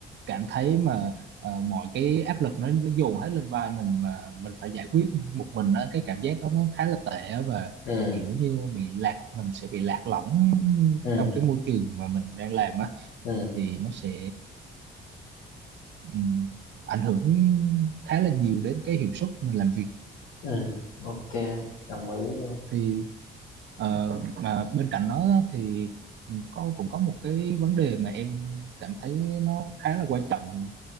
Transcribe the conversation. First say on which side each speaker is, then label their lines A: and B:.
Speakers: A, on the right; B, on the left.
A: cảm thấy mà ờ, mọi cái áp lực nó nó dồn hết lên vai mình mà mình phải giải quyết một mình đó cái cảm giác đó nó khá là tệ á, và
B: ừ
A: kiểu như bị lạc mình sẽ bị lạc lõng
B: ừ,
A: trong cái môi trường mà mình đang làm á
B: ừ.
A: thì nó sẽ ừm, ảnh hưởng khá là nhiều đến cái hiệu suất mình làm việc
B: ừ ok đồng ý luôn
A: thì ờ, mà bên cạnh đó á, thì có cũng có một cái vấn đề mà em cảm thấy nó khá là quan trọng